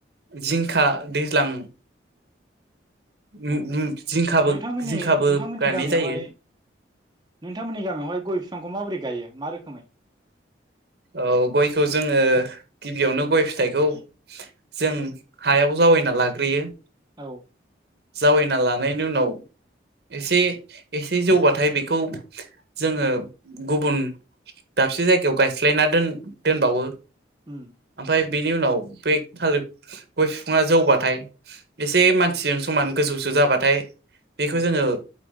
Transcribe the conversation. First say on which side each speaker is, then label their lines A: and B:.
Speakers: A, on the right; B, on the right.
A: जिंखा दैज्लां उम
B: अ
A: उम जिंखाबो
B: नोंथांमोननि-नोंथांमोननि
A: जिंखाबो गायनाय
B: गामियावहाय
A: जायो
B: नोंथांमोननि गामियावहाय गय बिफांखौ माबोरै गायो मा रोखोमै।
A: औ गयखौ जोङो गिबियावनो गय फिथाइखौ जों हायाबो ज जावैना लाग्रोयो।
B: औ।
A: जावैना लानायनि उनाव एसे-एसे जौबाथाय बेखौ जोङो गुबुन दाबसे जायगायाव गायस्लायना दोन दोनबावो।
B: होम।
A: ओमफ्राय बेनि उनाव बे थालिर गय बिफाङा जौबाथाय एसे मानसिजों
B: औ
A: समान गोजौसो जाबाथाय बेखौ
B: औ
A: जोङो